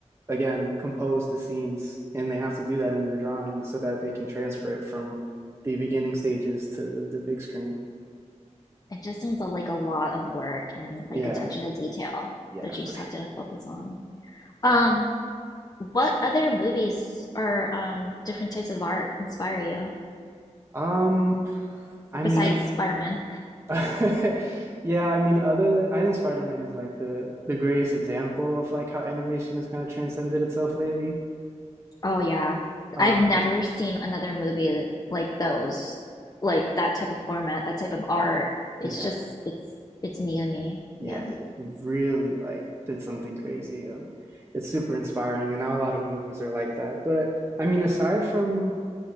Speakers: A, on the right; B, on the left.
A: again compose the scenes and they have to do that in their drawing so that they can transfer it from the beginning stages to the, the big screen
B: It just sounds like a lot of work and like
A: yeah
B: attention to detail
A: yeah
B: that you
A: for
B: just
A: sure
B: have to focus on. Um, what other movies or um different types of art inspire you
A: um i
B: besides
A: mean
B: Spider-Man?
A: <laughs> yeah i mean other than i think spider-man is like the the greatest example of like how animation has kind of transcended itself lately
B: Oh yeah.
A: um
B: I've never seen another movie like those, like that type of format, that type of art. It's
A: yeah
B: just it's it's new to me.
A: yeah,
B: Yeah.
A: it really like did something crazy and it's super inspiring and now a lot of movies are like that. But I mean aside
B: Mm,
A: from